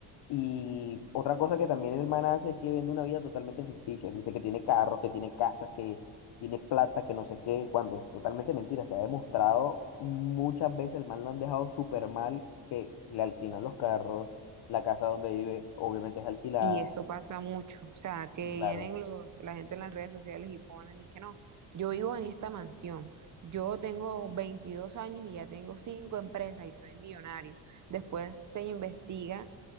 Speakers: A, on the left; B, on the right.
A: Y otra cosa que también el man hace es que vende una vida totalmente ficticia. Dice que tiene carros, que tiene casas, que tiene plata, que no sé qué, cuando es totalmente mentira. Se ha demostrado muchas veces, el man lo han dejado súper mal, que le alquilan los carros, la casa donde vive obviamente es alquilada.
B: Y eso pasa mucho, o sea, que
A: Y claro,
B: vienen los, la gente en las redes sociales y ponen, dizque no, yo vivo en esta mansión, yo tengo 22 años y ya tengo cinco empresas y soy millonario. Después se investiga